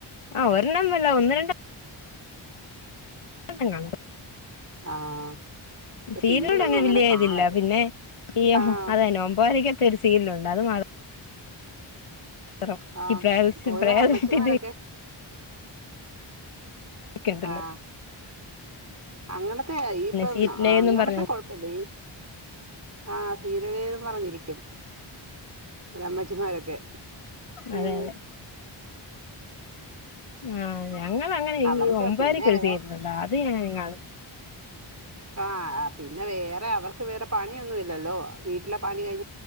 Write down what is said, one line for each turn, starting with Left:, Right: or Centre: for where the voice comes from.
Left: ആ ഒരെണ്ണല്ല ഒന്ന് രണ്ട <unintelligible>
Right: ആഹ് ഇപ്പൊ
Left: സീരിലോട്
Right: സീരിയലൊന്നും
Left: അങ്ങനെ വലിയ
Right: കാണല്ല
Left: ഇതില്ല പിന്നെ ഈയം
Right: ആഹ്
Left: അതെന്നെ ഓമ്പാരക്കെ <unintelligible> രു ലുണ്ട് അത് മ <unintelligible>
Right: ആഹ് ഓരോ അമ്മച്ചിമാരൊക്കെ
Left: ക് ട്ടിൻ
Right: ആഹ് അങ്ങനത്തെ ഇപ്പൊ
Left: സീറ്റിലേന്നും
Right: അങ്ങനത്തെ
Left: പറഞ്ഞ
Right: കൊഴപ്പല്ലേ ആ സീരിയലേന്നും പറഞ്ഞിരിക്കും ഓരോ അമ്മച്ചിമാരൊക്കെ ഉം
Left: അതെ അതെ ആ ഞങ്ങൾ അങ്ങനെ
Right: അവർക്ക്
Left: ഈ ഒമ്പരയ്ക്കൊരു
Right: പിന്നെ വേറെ
Left: സീരിയലൊണ്ട് അത് ഞ <unintelligible> കാണും
Right: ആ പിന്നെ വേറെ അവർക്ക് വേറെ പണിയൊന്നും ഇല്ലല്ലോ വീട്ടിലെ പണി കഴി